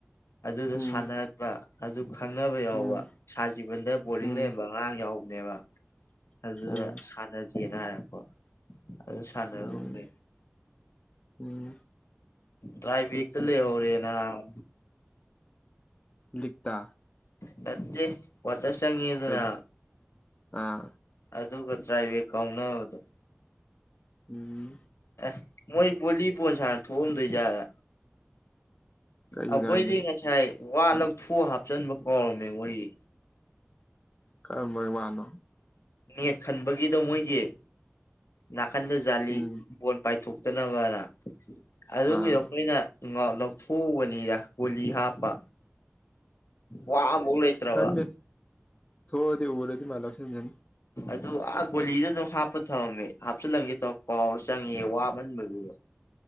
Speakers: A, on the left; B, on the left.
A: ꯑꯗꯨꯗꯥ
B: ꯎꯝ
A: ꯁꯥꯟꯅꯥ ꯕꯥ ꯑꯗꯨ ꯈꯪꯅꯕ ꯌꯥꯎꯕ
B: ꯎꯝ
A: ꯁꯥꯔ ꯖꯤꯕꯟꯗ ꯕꯣꯔꯗꯤꯡ
B: ꯎꯝ
A: ꯂꯩꯔꯝꯕ ꯑꯉꯥꯡ ꯌꯥꯎꯕꯅꯦꯕ ꯑꯗꯨꯅꯥ
B: ꯎꯝ
A: ꯁꯥꯟꯅꯖꯦꯅꯥ ꯍꯥꯏꯔꯛꯄꯥ ꯑꯗꯨ ꯁꯥꯟꯅꯔꯨꯝꯅꯦ
B: ꯎꯝ ꯎꯝ
A: ꯇ꯭ꯔꯥꯏꯕꯦꯛ ꯇ ꯂꯩꯍꯧꯔꯦ ꯅꯕꯥ
B: ꯂꯤꯛꯇꯥ
A: ꯅꯠꯇꯦ ꯀꯋꯥꯇꯔ ꯆꯪꯉꯦꯗꯅ
B: ꯀꯩꯗ ꯑꯥ
A: ꯑꯗꯨꯒ ꯇ꯭ꯔꯥꯥꯏꯕꯦꯛ ꯀꯥꯎꯅꯕꯗꯣ
B: ꯎꯝ
A: ꯑꯦ ꯃꯣꯏ ꯕꯣꯂꯤꯕꯣꯟ ꯁꯥꯟꯅꯥ ꯊꯣꯛꯑꯝꯗꯣꯏꯖꯥꯔꯥ
B: ꯀꯩꯒꯤꯅꯣ
A: ꯑꯩꯈꯣꯏꯗꯤ
B: ꯍꯥꯏꯁꯦ
A: ꯉꯁꯥꯏ ꯋꯥ ꯂꯧꯊꯣꯛꯑꯒ ꯍꯥꯞꯆꯟꯕ ꯀꯥꯎꯔꯝꯃꯦ ꯃꯣꯏꯒꯤ
B: ꯀꯔꯝꯕꯩ ꯋꯥꯅꯣ
A: ꯅꯦꯠ ꯈꯟꯕꯒꯤꯗꯣ ꯃꯣꯏꯒꯤ ꯅꯥꯀꯟꯗ ꯖꯥꯂꯤ
B: ꯎꯝ
A: ꯕꯣꯟ ꯄꯥꯏꯊꯣꯛꯇꯅꯕꯅ ꯑꯗꯨꯒꯤꯗꯣ
B: ꯑꯥ
A: ꯑꯩꯈꯣꯏꯅ ꯉꯥꯛ ꯂꯧꯊꯣꯛꯎꯕꯅꯤꯗ ꯄꯣꯂꯤ ꯍꯥꯞꯄ ꯋꯥ ꯑꯃꯐꯥꯎ ꯂꯩꯇ꯭ꯔꯕ
B: ꯈꯪꯗꯦ ꯊꯣꯛꯑꯗꯤ ꯎꯔꯥꯗꯤ ꯃꯥꯏꯅꯥ ꯂꯧꯁꯤꯟꯖꯅꯤ
A: ꯑꯗꯨ ꯑꯥ ꯒꯣꯂꯤꯗ ꯑꯗꯨꯝ ꯍꯥꯞꯄ ꯊꯃꯝꯃꯦ ꯍꯥꯞꯆꯤꯜꯂꯝꯒꯦ ꯇꯧꯔꯥ ꯀꯥꯎꯔꯥ ꯆꯪꯉꯦ ꯋꯥꯃꯟꯕꯗꯨꯗ